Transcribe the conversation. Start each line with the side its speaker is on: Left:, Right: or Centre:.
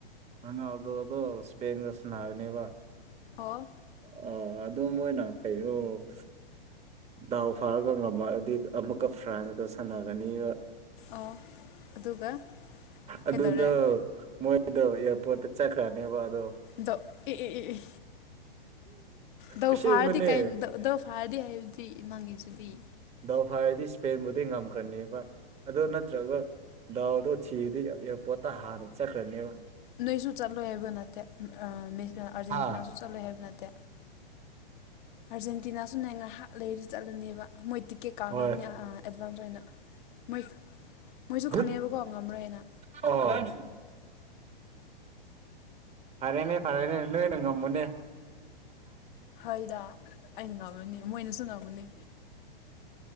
Right: ꯔꯣꯅꯥꯛꯗꯣꯗꯣ ꯁꯄꯦꯟꯒ ꯁꯥꯟꯅꯒꯅꯤꯕ
Left: ꯑꯣ
Right: ꯑ ꯑꯗꯨ ꯃꯣꯏꯅ ꯀꯣ ꯗꯥꯎ ꯐꯥꯔꯒ ꯉꯝꯃꯛꯑꯗꯤ ꯑꯃꯨꯛꯀ ꯐ꯭ꯔꯥꯟꯁꯀ ꯁꯥꯟꯅꯒꯅꯤꯒ
Left: ꯑꯣ ꯑꯗꯨꯒ
Right: ꯑꯗꯨꯗ
Left: ꯀꯩꯗꯧꯔꯦ
Right: ꯃꯣꯏ ꯑꯗꯣ ꯑꯦꯌꯥꯔꯄꯣꯔꯠꯇ ꯆꯠꯈ꯭ꯔꯅꯦꯕ ꯑꯗꯣ
Left: ꯗꯣ ꯏꯏꯏꯏ ꯗꯧ
Right: ꯑꯁꯦꯡꯕꯅꯦ
Left: ꯐꯥꯔꯗꯤ ꯀꯥꯏ ꯗꯧ ꯐꯥꯔꯗꯤ ꯍꯥꯏꯕꯗꯤ ꯅꯪꯉꯤꯁꯤꯗꯤ
Right: ꯗꯥꯎ ꯐꯥꯏꯔꯗꯤ ꯏꯁꯄꯦꯟꯕꯨꯗꯩ ꯉꯝꯈ꯭ꯔꯅꯦꯕ ꯑꯗꯨ ꯅꯠꯇ꯭ꯔꯒ ꯗꯥꯎꯗꯣ ꯁꯤꯗꯤ ꯏꯔꯄꯣꯔꯠꯇ ꯍꯥꯟꯅ ꯆꯠꯈ꯭ꯔꯅꯦꯕ
Left: ꯅꯣꯏꯁꯨ ꯆꯠꯂꯣꯏ ꯍꯥꯏꯕ ꯅꯠꯇꯦ ꯑ ꯃꯦ ꯑ ꯑꯥꯔꯖꯦꯟꯇꯤꯅꯥꯁꯨ
Right: ꯍꯥ
Left: ꯆꯠꯂꯣꯏ ꯍꯥꯏꯕ ꯅꯠꯇꯦ ꯑꯥꯔꯖꯦꯟꯇꯤꯅꯥꯁꯨ ꯅ ꯉꯥꯏꯍꯥꯛ ꯂꯩꯔꯗꯤ ꯆꯠꯂꯅꯦꯕ ꯃꯣꯏꯤ ꯀꯦ ꯀꯥꯒꯕꯅꯤ
Right: ꯍꯣꯏ
Left: ꯑꯦ ꯑ ꯑꯦꯗꯚꯥꯟꯁ ꯑꯣꯏꯅ ꯃꯣꯏ ꯃꯣꯏꯁꯨ
Right: ꯗꯨꯠ
Left: ꯈꯪꯉꯦꯕꯀꯣ ꯉꯝꯔꯣꯏꯅ
Right: ꯑꯣ ꯐꯔꯦꯅꯦ ꯐꯔꯦꯅꯦ ꯅꯣꯏꯅ ꯉꯝꯃꯨꯅꯦ
Left: ꯑꯩꯣꯏꯗ ꯑꯩꯅ ꯉꯝꯂꯨꯅꯤ ꯃꯣꯏꯅꯁꯨ ꯉꯝꯃꯨꯅꯤ